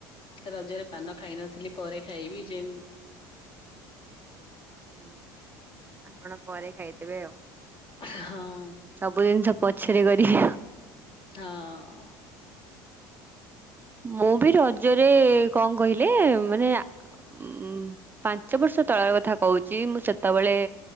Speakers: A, on the left; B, on the right.
A: ରଜରେ ପାନ ଖାଇନଥିଲି ପରେ ଖାଇବି ଯେମ୍
B: ହୁଁ ଆପଣ ପରେ ଖାଇଦେବେ ଆଉ।
A: ହଁ।
B: ସବୁ ଜିନିଷ ପଛେରେ କରି ହ
A: ହଁ।
B: ମୁଁ ବି ରଜରେ କଣ କହିଲେ ମାନେ ଆ ଉଁ ପାଞ୍ଚ ବର୍ଷ ତଳର କଥା କହୁଚି ମୁଁ ସେତେବେଳେ